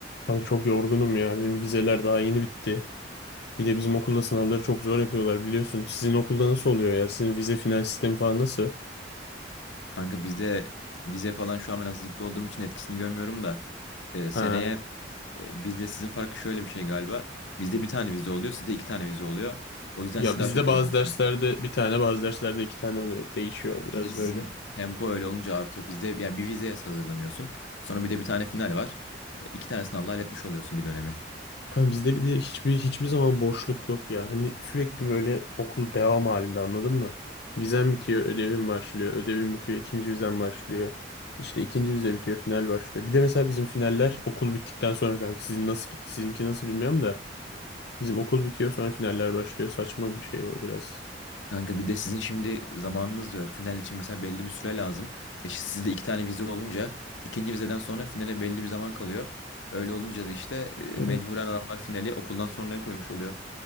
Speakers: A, on the left (about 65°); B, on the left (about 80°).
A: Kanka çok yorgunum ya. Benim vizeler daha yeni bitti. Bir de bizim okulda sınavları çok zor yapıyorlar biliyorsun. Sizin okulda nasıl oluyor ya? Sizin vize final sistemi falan nasıl?
B: Kanka bizde vize falan şu an ben hazırlıklı olduğum için etkisini görmüyorum da e, seneye
A: Ha.
B: e, bizde sizin farkı şöyle bir şey galiba. Bizde bir tane vize oluyor, sizde iki tane vize oluyor. O yüzden
A: Ya
B: siz daha
A: bizde
B: çok
A: bazı
B: yoruluyorsunuz.
A: derslerde bir tane, bazı derslerde iki tane oluyor. Değişiyor biraz
B: İşte sizin
A: böyle.
B: tempo öyle olunca artıyor. Bizde yani bir vizeye hazırlanıyorsun. Sonra bir de bir tane final var. E, iki tane sınavla halletmiş oluyorsun bir dönemi.
A: Kanka bizde bir de hiçbir hiçbir zaman boşluk yok ya. Hani sürekli böyle okul devam halinde anladın mı? Vizen bitiyor, ödevin başlıyor. Ödevin bitiyor, ikinci vizen başlıyor. İşte ikinci vize bitiyor, final başlıyor. Bir de mesela bizim finaller okul bittikten sonra kanka. Sizin nasıl sizinki nasıl bilmiyorum da. Bizim okul bitiyor sonra finaller başlıyor. Saçma bir şey o biraz.
B: Kanka bir de sizin şimdi zamanınız da yok. Final için mesela belli bir süre lazım. E şi- sizde iki tane vize olunca ikinci vizeden sonra finale belli bir zaman kalıyor. Öyle olunca da işte e,
A: Evet.
B: mecburen adamlar finali okuldan sonraya koymuş oluyor.